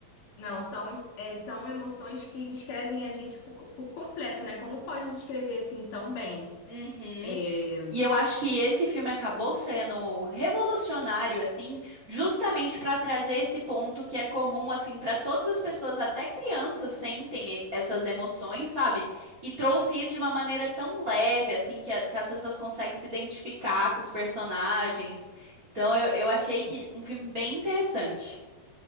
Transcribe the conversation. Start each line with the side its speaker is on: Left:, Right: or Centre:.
Left: Não, são, é, são emoções que descrevem a gente por, por completo, né? Como pode descrever assim tão bem?
Right: Uhum.
Left: É,
Right: E eu acho que esse filme acabou sendo revolucionário, assim, justamente para trazer esse ponto que é comum, assim, para todas as pessoas, até crianças sentem e- essas emoções, sabe? E trouxe isso de uma maneira tão leve, assim, que, a- que as pessoas conseguem se identificar com os personagens. Então, eu, eu achei que um filme bem interessante.